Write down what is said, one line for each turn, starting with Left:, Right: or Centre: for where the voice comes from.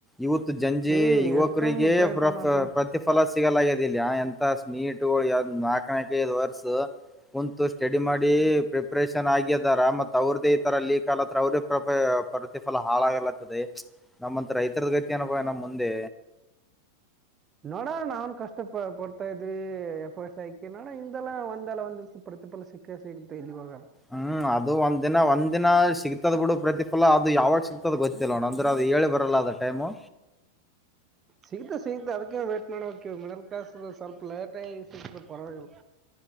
Centre: ಇವತ್ತು ಜಂಜಿ
Right: ಹ್ಮ್
Centre: ಯುವಕರಿಗೆ
Right: ಎಷ್ಟೊಂದು ಪ್ರಯತ್ನ
Centre: ಪ್ರ
Right: ಮಾಡ್ತೀವಿ
Centre: ಪ್ರತಿಫಲ ಸಿಗಲಾಗಿದೆ ಎಂತ ಸ್ ನೀಟ್ಗಳು ಯ್ದ ನಾ ಕಕ್ಕೆ ಇದು ವರ್ಸು ಕುಂತು ಸ್ಟಡಿ ಮಾಡಿ ಪ್ರ ಆಪರೇಷನ್ ಆಗಿದಾರ ಮತ್ತ ಅವ್ರ್ದೇ ಈ ತರ ಲೀಕ್ಲ ಹತ್ರ ಅವ್ರೇ ಪ್ರೊ ಪ್ರತಿಫಲ ಹಾಳಾಗಲತ್ತದೆ ನಮ್ಮಂತ ರೈತರದ ಏನಪ್ಪ ನಮ್ ಮುಂದೆ
Right: ನೋಡ ನ ಕಷ್ಟ ಪ ಪಡ್ತಾ ಇದ್ವಿ ಎಫೋಸ್ ಆಯಕಿ ನೋಡ ಇದೆಲ್ಲ ಒಂದೆಲ್ಲ ಒಂದ ದಿವಸ ಪ್ರತಿಫಲ ಸಿಕ್ಕ ಸಿಗುತ್ತೆ ಇಲ್ಲಿವಾಗ
Centre: ಹ್ಮ್ ಅದು ಒಂದ್ ದಿನ ಒಂದ್ ದಿನ ಸಿಗ್ತದ್ ಬಿಡು ಪ್ರತಿಫಲ ಅದು ಯಾವಾಗ ಸಿಗ್ತ ತದಗ ಲಣ ಅಂದ್ರ ಅದು ಏಳು ಬರಲ್ಲಾದ ಟೈಮು
Right: ಸಿಗ್ತ ಸಿಗತ ಅದಕ್ಕೆ ವೇಟ್ ಮಾಡ್ಬೇಕಕ ಮಿಡಲ್ ಕ್ಲಾಸ್ ಸ್ವಲ್ಪ ಲೇಟಗ ಸಿಗ್ತ ಪರವಾಗಿಲ್ಲ